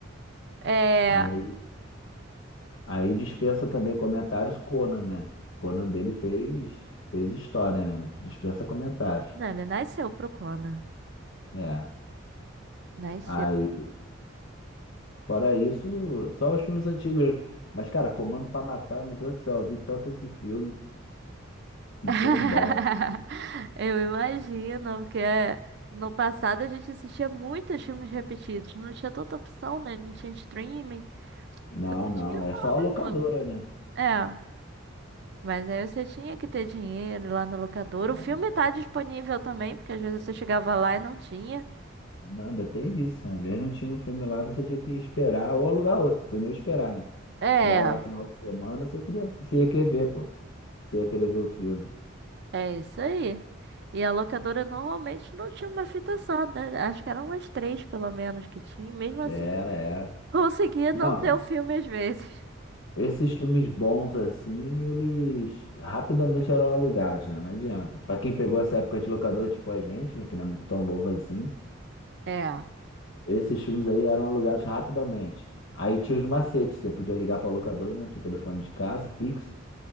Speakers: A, on the right (about 55°); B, on the left (about 75°).
A: É.
B: Aí, aí dispensa também comentários Conan, né? Conan dele fez, fez história, né? Dispensa comentários.
A: Não, ele nasceu pro Conan.
B: É.
A: Nasceu.
B: Aí, fora isso, só os filmes antigos mesmo. Mas, cara, Comando pra Matar, meu Deus do céu, eu vi tanto esse filme, não
A: <laughs>
B: tem ideia.
A: Eu imagino, porque no passado a gente assistia muitos filmes repetidos. Não tinha tanta opção, né? Não tinha streaming.
B: Não,
A: Porque
B: não,
A: tinha
B: é
A: uma
B: só
A: locadora.
B: a locadora, né?
A: É, mas aí você tinha que ter dinheiro lá na locadora.
B: É.
A: O filme tá disponível também, porque às vezes você chegava lá e não tinha.
B: Não, ainda tem isso. Uma vez não tinha um filme lá, você tinha que esperar ou alugar outro. Você não ia esperar, né?
A: É,
B: Chegava lá final de semana, você queria, você ia querer ver, pô. Você ia querer ver o filme.
A: é isso aí. E a locadora normalmente não tinha uma fita só, né? Acho que eram umas três, pelo menos, que tinha. E Mesmo assim,
B: Era, era.
A: conseguia
B: Não,
A: não ter o filme às vezes.
B: esses filmes bons assim, eles rapidamente eram alugados, né? Não adianta. Pra quem pegou essa época de locador, tipo a gente, né? Que não é muito tão novo assim,
A: É.
B: esses filmes aí eram alugados rapidamente. Aí tinha os macetes, você podia ligar pra locadora, né? Do teu telefone de casa, fixo.